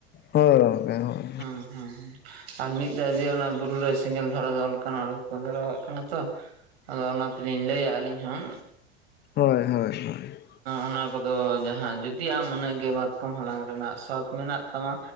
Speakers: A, on the left (about 30°); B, on the right (about 65°).
A: ᱦᱳᱭ ᱜᱚᱝᱠᱮ, ᱦᱳᱭ ᱾
B: ᱦᱩᱸ᱾ ᱦᱩᱸ ᱦᱩᱸ᱾ ᱟᱨ ᱢᱤᱫ ᱫᱷᱟᱣ ᱡᱮ ᱚᱱᱟ ᱵᱩᱨᱩ ᱨᱮ ᱥᱮᱸᱜᱮᱞ ᱫᱷᱟᱨᱟ ᱫᱚ ᱚᱱᱠᱟᱱᱟᱜ ᱨᱩᱯ ᱠᱚ ᱫᱷᱚᱨᱟᱣᱟᱜ ᱠᱟᱱᱟ ᱛᱚ᱾ ᱚᱱᱟ ᱛᱮᱞᱤᱧ ᱞᱟᱹᱭᱟ ᱟᱹᱞᱤᱧ ᱦᱚᱸ
A: ᱦᱳᱭ, ᱦᱳᱭ, ᱦᱳᱭ ᱾
B: ᱚᱱᱟ ᱠᱚᱫᱚ ᱡᱟᱦᱟᱸ ᱡᱩᱫᱤ ᱟᱢ ᱩᱱᱟᱹᱜ ᱜᱮ, ᱢᱟᱛᱠᱚᱢ ᱦᱟᱞᱟᱝ ᱨᱮᱱᱟᱜ ᱥᱟᱫᱽ ᱢᱮᱱᱟᱜ ᱛᱟᱢᱟ᱾